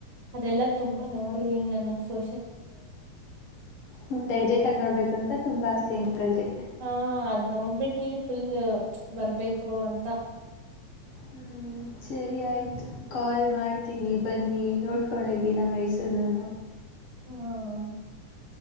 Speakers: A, on the right; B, on the left.
A: ಅದೆಲ್ಲ ತುಂಬಾ ನೋಡಿದೀನಿ ನಾನು. ಸೋ
B: ಹ್ಮ್ ಡೈರೆಕ್ಟ್ ಆಗಿ ನೋಡ್ಬೇಕು ಅಂತ ತುಂಬಾ ಆಸ್. <unintelligible>
A: ಹಾ ಅದ್ ನೋಡ್ಬಿಟ್ಟಿ ಫುಲ್ ಬರ್ಬೇಕು ಅಂತ.
B: ಹ್ಮ್ ಸರಿ ಆಯ್ತು. ಕಾಲ್ ಮಾಡ್ತೀನಿ. ಬನ್ನಿ ನೋಡ್ಕೊಂಡ ಹೋಗಿ ನಮ್ಮ್ ಮೈಸೂರ್ನನು.
A: ಹ್ಮ್